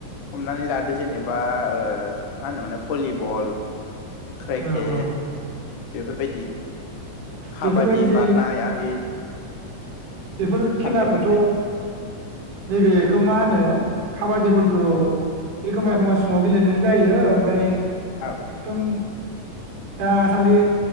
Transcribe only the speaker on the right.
औ औ
बेफोरबायदि
बेफोर
खेलाखौथ
नैबेखौ मा होनो? खाबादिफोरखौ
एखमबा
एखमब समाव गेलेनो जायो ओमफ्राय
एकदम दासान्दि